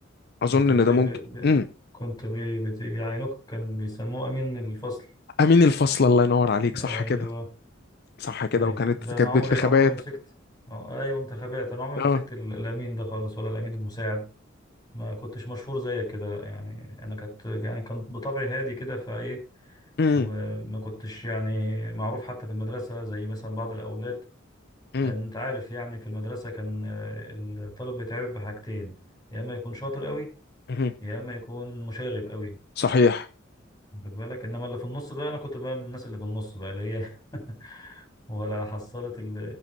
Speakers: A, on the left; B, on the left.
A: أظن
B: كنت
A: إن
B: بت...
A: ده
B: ب...
A: ممكن
B: ب...
A: مم.
B: كنت بي... بت... بيعينوك كان بيسموه أمين الفصل
A: امين الفصل الله ينور عليك
B: أيوه
A: صح كده صح كده
B: اي
A: وكانت
B: لا
A: كانت
B: انا عمري
A: بنت خبات
B: عمري ما مسكت اه ايوه انتخابات انا عمري ما
A: اه
B: مسكت ال- الامين ده خالص ولا الامين المساعد ما كنتش مشهور زيك كده يعني انا كنت يعني كان بطبعي هادي كده فايه
A: امم
B: وما كنتش يعني معروف حتى في المدرسه زي مثلا بعض الاولاد
A: امم
B: لان انت عارف يعني في المدرسه كان آه، الطالب بيتعرف بحاجتين يا اما يكون شاطر قوي
A: أمم.
B: يا اما يكون مشاغب قوي
A: صحيح
B: خد بالك انما اللي في النص ده انا كنت بقى من الناس اللي في النص بقى اللي هي <laughs> ولا حصلت ال...